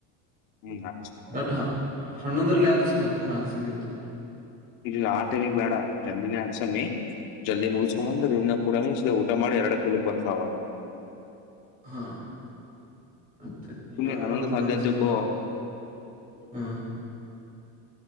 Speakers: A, on the left; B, on the right.
A: ಹ್ಮ್ ಹಾಕ್ಸುತಿನಿ.
B: ಬಟ್ ಹನೋದರ್ಲೆ ಹಾಕ್ಸ್ ಮತ್ತ ಹಾಕ್ಸಂಗಿತ್ತ.
A: ಇಲ್ಲ ಆ ಟೈಮ್ಗಿ ಬೇಡ ಜಲ್ದಿನೇ ಹಾಕ್ಸಮೀ. ಜಲ್ದಿ ಮುಗ್ಕೊಂಬಂದ್ ರೂಮ್ನಗ ಕೂಡ ಊಟ ಮಾಡಿ ಎರಡು ಫಲ್ <unintelligible>
B: ಹ್ಮ್. ಮತ್ತ್
A: ಸುಮ್ನೆ
B: ಎಂಗ್
A: ಹನ್ನೊಂದಕ್
B: ಬರ್ತದ
A: ಹದ್ನೈದಕ್ಕೋ
B: ಮನ್ಸ್ ಎಂಗ್ ಬರ್ತ್ ಹ್ಮ್.